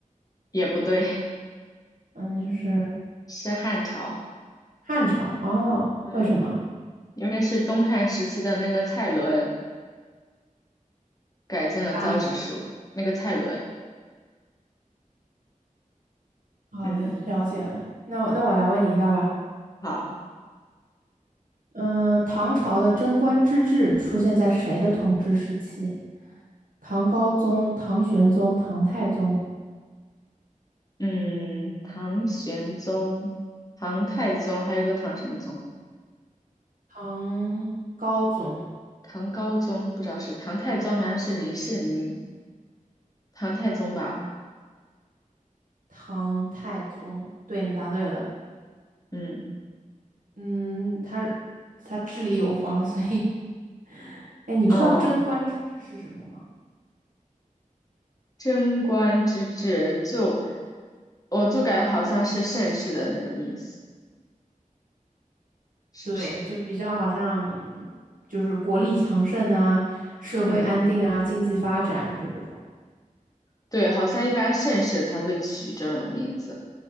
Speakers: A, on the left; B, on the right.
A: 也不对，<laughs>
B: 嗯，就是
A: 是汉朝。
B: 汉朝哦。
A: 嗯，
B: 为什么？
A: 因为是东汉时期的那个蔡伦改进了造纸术，
B: 发明。
A: 那个蔡伦。
B: 好的，
A: 嗯。
B: 了解了。那我那我来问你一道吧。
A: 好。
B: 嗯、呃唐朝的贞观之治出现在谁的统治时期？唐高宗、唐玄宗、唐太宗、
A: 嗯，唐玄宗、唐太宗，还有个唐什么宗？
B: 唐高宗、
A: 唐高宗不知道是唐太宗，好像是李世民，唐太宗吧？
B: 唐太宗。对，你答对了。
A: 嗯，
B: 嗯，他他治理有方，所以 <laughs>，哎，你知道贞观之治是什么吗？
A: 哦，贞观之治就，我就感觉好像是盛世的那种意思，是不是？
B: 对，就比较好像就是国力强盛啊，社会安定啊，
A: 嗯，
B: 经济发展，就这种。
A: 对，好像一般盛世才会取这种名字。